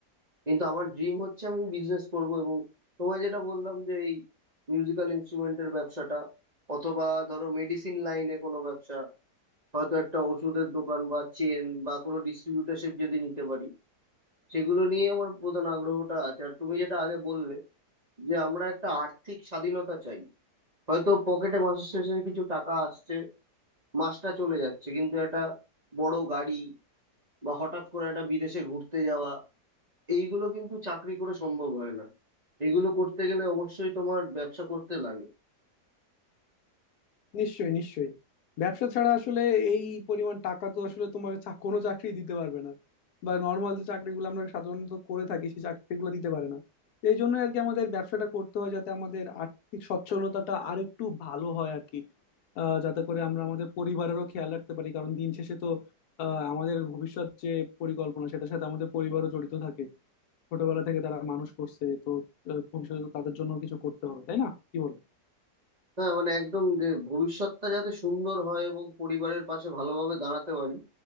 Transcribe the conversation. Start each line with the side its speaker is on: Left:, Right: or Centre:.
Right: কিন্তু আমার ড্রিম হচ্ছে আমি বিজনেস করব এবং তোমায় যেটা বললাম যে এই মিউজিক্যাল ইনস্ট্রুমেন্টের ব্যবসাটা অথবা ধরো মেডিসিন লাইনে কোনো ব্যবসা হয়তো একটা ওষুধের দোকান বা চেন বা কোনো ডিস্ট্রিবিউটারশিপ যদি নিতে পারি সেগুলো নিয়ে আমার প্রধান আগ্রহটা আছে আর তুমি যেটা আগে বললে যে আমরা একটা আর্থিক স্বাধীনতা চাই হয়তো পকেটে মাসের শেষে কিছু টাকা আসছে মাসটা চলে যাচ্ছে কিন্তু একটা বড় গাড়ি বা হঠাৎ করে একটা বিদেশে ঘুরতে যাওয়া এইগুলো কিন্তু চাকরি করে সম্ভব হয় না এগুলো করতে গেলে অবশ্যই তোমার ব্যবসা করতে লাগে
Left: নিশ্চয়ই নিশ্চয়ই ব্যবসা ছাড়া আসলে এই পরিমাণ টাকা তো আসলে তোমার চা- কোনো চাকরি দিতে পারবে না বা নর্মাল যে চাকরিগুলো আমরা সাধারণত করে থাকি সেই চাকরিগুলো দিতে পারে না এই জন্য আর কি আমাদের ব্যবসাটা করতে হয় যাতে আমাদের আর্থিক সচ্ছলতাটা আরেকটু ভালো হয় আর কি আহ, যাতে করে আমরা আমাদের পরিবারেরও খেয়াল রাখতে পারি কারণ দিন শেষে তো আহ, আমাদের ভবিষ্যৎ যে পরিকল্পনা সেটার সাথে আমাদের পরিবারও জড়িত থাকে ছোটবেলা থেকে তারা মানুষ করছে তো আহ, ভবিষ্যতে তো তাদের জন্য কিছু করতে হবে তাই না কি বলো
Right: হ্যাঁ মানে একদম যে ভবিষ্যৎটা যাতে সুন্দর হয় এবং পরিবারের পাশে ভালোভাবে দাঁড়াতে পারি